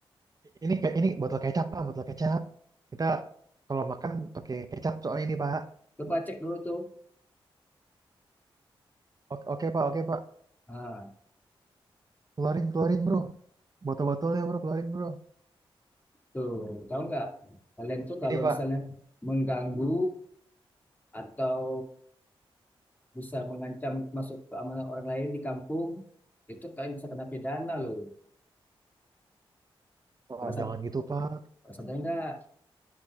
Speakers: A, on the right (about 40°); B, on the left (about 20°).
A: Ini kayak ini botol kecap Pak, botol kecap. Kita kalau makan pakai kecap soalnya ini Pak.
B: Coba cek dulu tuh.
A: Oke, oke, Pak, oke Pak.
B: Ah,
A: Keluarin, keluarin Bro. Botol-botolnya Bro, keluarin Bro.
B: tuh tahu nggak? Kalian tuh kalau
A: Ini Pak.
B: misalnya mengganggu atau bisa mengancam masuk keamanan orang lain di kampung, itu kalian bisa kena pidana loh.
A: Wah,
B: Pada saat,
A: jangan gitu Pak.
B: pada sadar nggak?